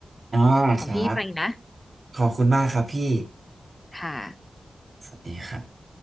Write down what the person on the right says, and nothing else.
อ่าครับ
ขอบคุณมากครับพี่
สวัสดีครับ